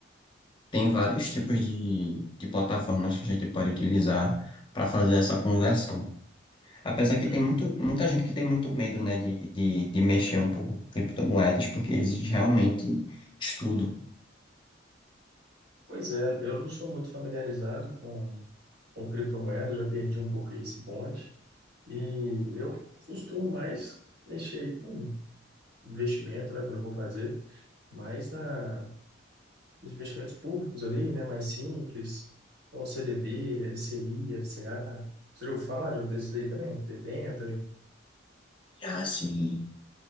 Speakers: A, on the left (about 25°); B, on the right (about 55°).
A: Tem vários tipos de, de plataformas que a gente pode utilizar para fazer essa conversão. Apesar que
B: Uhum.
A: tem muito, muita gente que tem muito medo, né, de, de, de mexer um pouco com criptomoedas, porque exige realmente estudo.
B: Pois é, eu não sou muito familiarizado com com criptomoeda, eu já perdi um pouco esse bonde. E eu costumo mais mexer aí com investimento, né, quando eu vou fazer, mais na, nos investimentos públicos ali, né, mais simples, como CDB, LCI, LCA. Você já ouviu falar de- um desses aí também? Debenture.
A: ah assim,